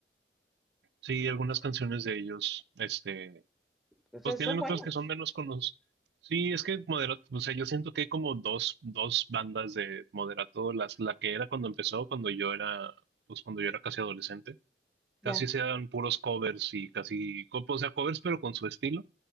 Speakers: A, on the right; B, in the centre.
A: Sí, algunas canciones de ellos, este,
B: O sea,
A: pues
B: son
A: tienen
B: buenos,
A: otras que son menos conocidas. Sí, es que Moderato, o sea, yo siento que hay como dos, dos bandas de Moderato, las, la que era cuando empezó, cuando yo era, pues cuando yo era casi adolescente, casi
B: ya.
A: sean puros covers y casi, co- o sea, covers pero con su estilo.